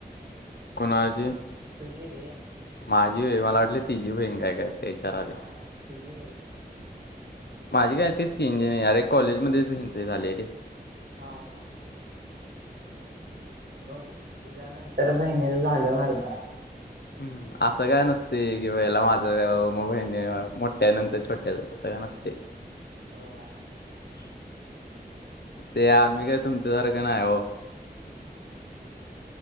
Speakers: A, on the left; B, on the right.
A: कुणाची
B: तुझी रे
A: माझी वय मला वाटलं तिझी बहीण काय करते. इचार आलीस.
B: नाय तुझी बहीण
A: माझी काय तीच की इंजिनिरे कॉलेजमध्येचं झाली इंजिनियरे झाली रे
B: हा-हा बघ तुझ्या नंतर बहिणीच झालं मर्दा
A: हम्म, असं काय नसते किवाला माझं मग बहिणी मोठ्या नंतर छोट्या तसं काय नसते.
B: हा
A: ते आम्ही काय तुमच्यासारखं नाही हो